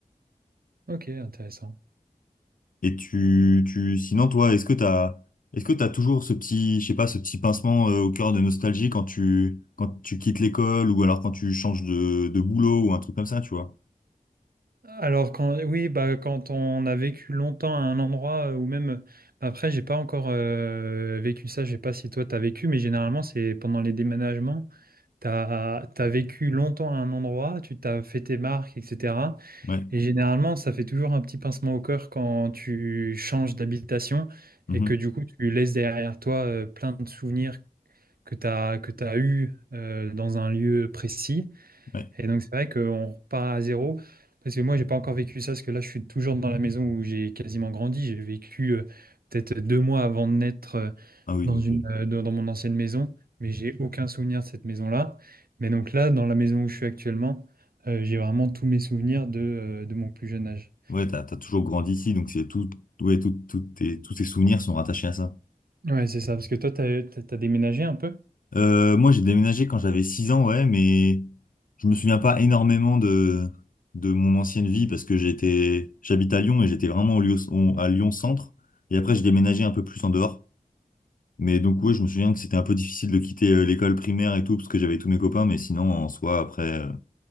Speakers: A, on the right; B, on the left.
A: Ok, intéressant.
B: Et tu, tu, sinon, toi, est-ce que t'as, est-ce que t'as toujours ce petit, je sais pas, ce petit pincement euh, au cœur de nostalgie quand tu, quand tu quittes l'école ou alors quand tu changes de, de boulot ou un truc comme ça, tu vois?
A: Alors quand oui bah quand on a vécu longtemps à un endroit euh, ou même bah, après j'ai pas encore euh, vécu ça je sais pas si toi t'as vécu mais généralement c'est pendant les déménagements t'as t'as vécu longtemps à un endroit tu t'as fait tes marques etc
B: Ouais.
A: et généralement ça fait toujours un petit pincement au cœur quand tu changes d'habitation
B: Mhm.
A: et que du coup tu laisses derrière toi euh, plein de souvenirs que t'as que t'as eu euh, dans un lieu précis
B: Ouais.
A: et donc, c'est vrai qu'on repart à zéro. Parce que moi, j'ai pas encore vécu ça, parce que là, je suis toujours dans la maison où j'ai quasiment grandi. J'ai vécu euh, peut-être deux mois avant de naître euh,
B: Ah oui,
A: dans
B: donc,
A: une,
B: euh,
A: euh, dans dans mon ancienne maison, mais j'ai aucun souvenir de cette maison-là. Mais donc là, dans la maison où je suis actuellement, euh, j'ai vraiment tous mes souvenirs de, euh, de mon plus jeune âge.
B: ouais, t'as, t'as toujours grandi ici, donc c'est tout, ouais, tout, tout tes, tous tes souvenirs sont rattachés à ça.
A: Ouais, c'est ça, parce que toi, t'as, t'as- t'as déménagé un peu?
B: Euh, moi, j'ai déménagé quand j'avais 6 ans, ouais, mais je me souviens pas énormément de, de mon ancienne vie parce que j'étais, j'habite à Lyon et j'étais vraiment au lieu- au- à Lyon centre. Et après, j'ai déménagé un peu plus en dehors. Mais donc, ouais, je me souviens que c'était un peu difficile de quitter euh, l'école primaire et tout parce que j'avais tous mes copains, mais sinon, en soi, après, euh,